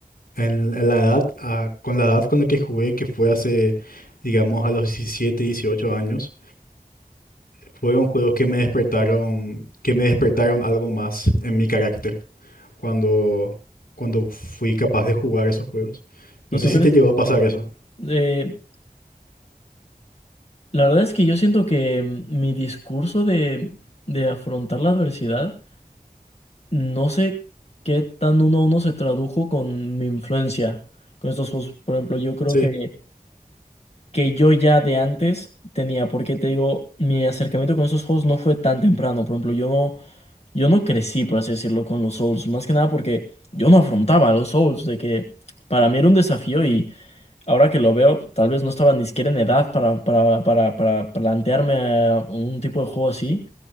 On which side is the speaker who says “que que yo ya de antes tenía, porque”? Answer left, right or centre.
Left